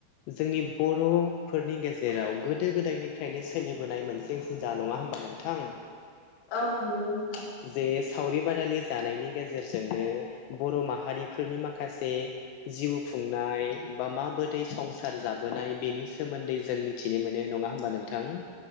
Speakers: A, on the left; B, on the left.
A: जोंनि बर'फोरनि गे जेराव गोदो गोदायनिफ्रायनो सोलिबोनाय मोनसे हुदा नङा होमबा नोंथां?
B: औ नंगौ नोंथां।
A: जे सावरि बादालि जानायनि गेजेरजोंनो बर' माहारिफोरनि माख खासे जिउ खुंनाय बा माबोरै संसार जाबोनाय बेनि सोमोन्दै जों मिथिनो मोनो नङा हबा नोंथां